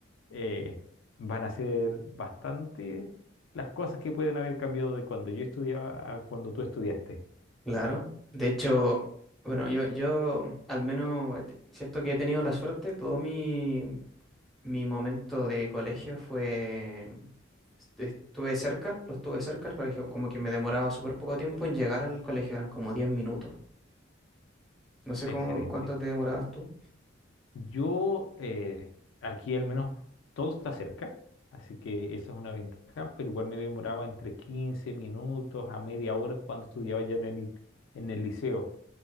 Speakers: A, on the left (about 70°); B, in the centre.
A: eh, van a ser bastante las cosas que pueden haber cambiado de cuando yo estudiaba a cuando tú estudiaste.
B: Claro. De hecho, bueno, yo, yo al menos he te- siento que he tenido la suerte, todo mi, Mi momento de colegio fue... estu- Estuve cerca, lo estuve cerca al colegio, como que me demoraba súper poco tiempo en llegar al colegio, eran como 10 minutos. No sé
A: Excelente.
B: cómo, cuánto te demorabas tú.
A: Yo, eh, aquí al menos todo está cerca, así que esa es una ventaja, pero igual me demoraba entre 15 minutos a media hora cuando estudiaba ya en el, en el liceo.